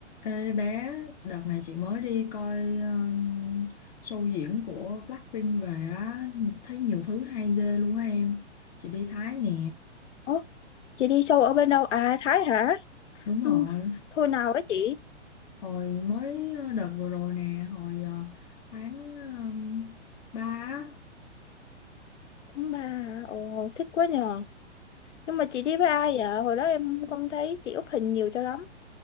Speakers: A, on the left; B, on the left.
A: Ê bé, đợt này chị mới đi coi ờ, show diễn của Blackpink về á, thấy nhiều thứ hay ghê luôn á em. Chị đi Thái nè,
B: Ủa, chị đi sâu ở bên đâu? À, Thái hả?
A: đúng rồi.
B: Ừ, thôi nào với chị.
A: Hồi mới ờ, đợt vừa rồi nè, hồi ờ, tháng uh, 3
B: Tháng ba hả? ồ, thích quá nhờ. Nhưng mà chị đi với ai vậy? Hồi đó em không thấy chị up hình nhiều cho lắm.